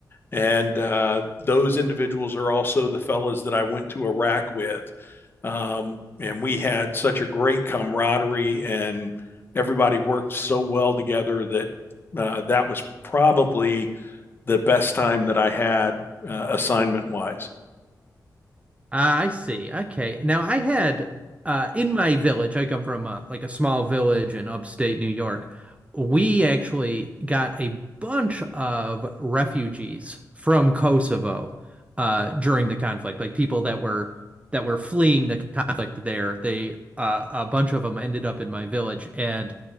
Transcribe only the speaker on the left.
and uh, those individuals are also the fellas that I went to Iraq with. Um, and we had such a great camaraderie, and everybody worked so well together that uh, that was probably the best time that I had uh, assignment wise.